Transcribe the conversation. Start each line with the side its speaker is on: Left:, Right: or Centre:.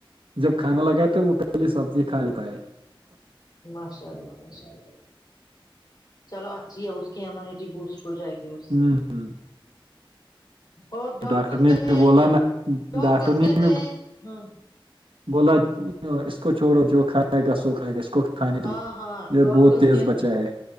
Right: جب کھانا لگایا تو وہ پہلی سبزی کھا لیا ہے
Left: ماشاء اللہ ماشاء اللہ چلو اچھی ہے اس کی امیونٹی بوسٹ ہو جائے گی اس
Right: ہوں
Left: سے اور ڈاکٹرس
Right: ڈاکٹر نے
Left: کہتے
Right: بھی
Left: ہیں
Right: بولا
Left: یا
Right: نا
Left: ڈاکٹرس
Right: ڈاکٹر نے
Left: کہتے
Right: بھی
Left: ہیں ہ
Right: بولا اس کو چھوڑو جو کھائے کھائے گا سو کھائے گا اس کو کھانے دو
Left: ہاں ہاں
Right: یہ
Left: ڈاکٹرس
Right: بہت تیز
Left: کہتے
Right: بچا ہے